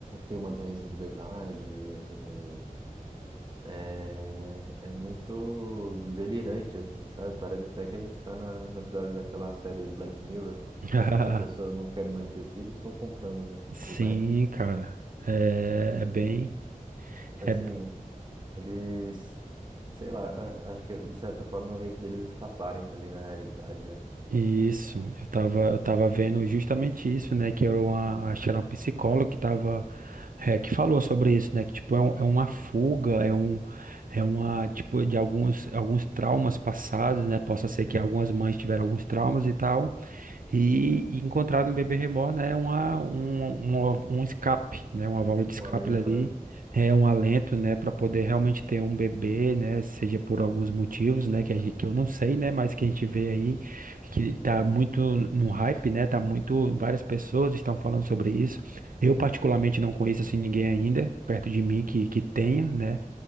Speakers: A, on the right; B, on the right.
A: ter uma doença de verdade. E é, é muito delirante, assim, sabe? Parece até que a gente tá na, no episódio daquela série Black Mirror,
B: <laughs>
A: onde as pessoas não querem mais ter filho e ficam comprando
B: Sim,
A: boneco.
B: cara. É,
A: E,
B: é bem.
A: assim,
B: É
A: eles, sei lá, a- acho que de certa forma é um jeito deles escaparem também da realidade, né?
B: isso. Eu tava, eu tava vendo justamente isso, né? Que era uma, acho que era uma psicóloga que tava, é, que falou sobre isso, né? Que tipo, é, um- é uma fuga, é um, é uma, tipo, de alguns, alguns traumas passados, né? Possa ser que algumas mães tiveram alguns traumas e tal. E, e encontrado no bebê reborn é uma, um, um, um escape, né? Uma válvula de escape
A: Um alento,
B: ali,
A: né?
B: é um alento, né? Para poder realmente ter um bebê, né? Seja por alguns motivos, né? Que, a gente, que eu não sei, né? Mas que a gente vê aí que tá muito no hype, né? Tá muito, várias pessoas estão falando sobre isso. Eu particularmente não conheço assim ninguém ainda perto de mim que, que tenha, né?